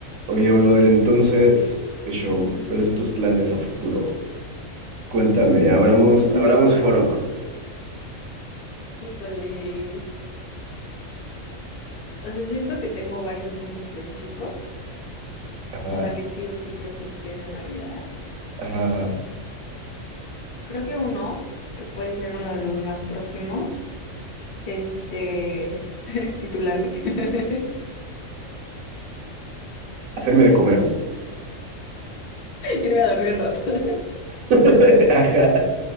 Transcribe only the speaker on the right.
Oye, brother, entonces, ¿qué show?
¿Cuáles son tus planes a futuro? Cuéntame, abramos,
abramos foro.
Ajá,
ajá, ajá.
¿Hacerme de comer?
<laughs> Ajá.